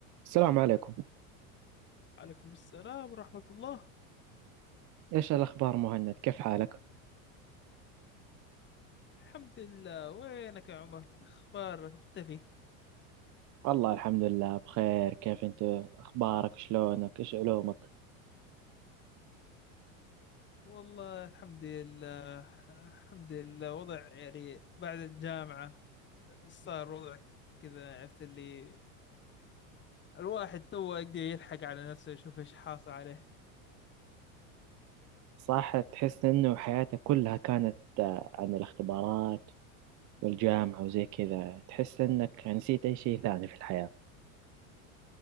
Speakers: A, on the right; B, on the left.
A: السلام عليكم
B: عليكم السلام ورحمة الله
A: ايش الاخبار مهند كيف حالك
B: الحمد لله وينك يا عمر اخبارك مختفي
A: والله الحمد لله بخير كيف انت اخبارك شلونك ايش علومك
B: والله الحمد لله الحمد لله وضع يعني بعد الجامعة صار وضع كذا عرفت اللي الواحد تو يقدر يلحق على نفسه يشوف ايش حاصل عليه
A: صح تحس انه حياتك كلها كانت آه، عن الاختبارات والجامعة وزي كذا تحس انك يعني نسيت اي شيء ثاني في الحياة